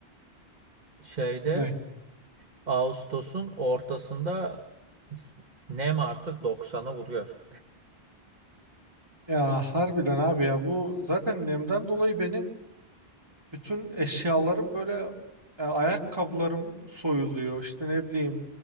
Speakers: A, on the right (about 45°); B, on the right (about 25°).
A: şeyde
B: Ne?
A: Ağustos'un ortasında nem artık 90'ı buluyor.
B: Ya harbiden abi ya bu zaten nemden dolayı benim Bütün eşyalarım böyle e, ayakkabılarım soyuluyor. İşte ne bileyim